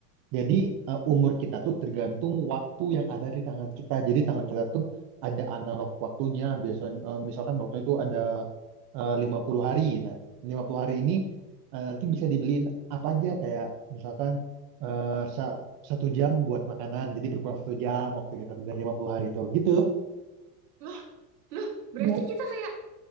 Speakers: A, on the right (about 50°); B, on the right (about 80°).
A: jadi eh, umur kita tuh tergantung waktu yang ada di tangan kita jadi tangan kita tuh ada analog waktunya biasanya eh, misalkan waktunya itu ada eh, 50 hari nah 50 hari ini eh, nanti bisa dibeliin apa aja kayak misalkan eh, sa- satu jam buat makanan jadi berkurang satu jam waktu kita tuh dari 50 hari itu gitu
B: Loh, loh, berarti
A: iya
B: kita kayak